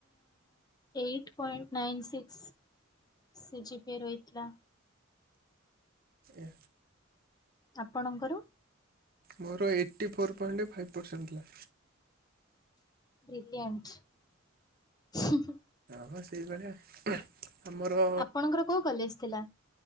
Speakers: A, on the left; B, on the right.
A: eight point nine six GB ରହିଥିଲା
B: ଏ
A: ଆପଣଙ୍କର
B: ମୋର eighty four point five percent ଥିଲା
A: ବ୍ରିଲିଆଣ୍ଟ
B: ହଁ ସେଇଭଳିଆ ଆମର
A: ଆପଣଙ୍କର କୋଉ କଲେଜ ଥିଲା?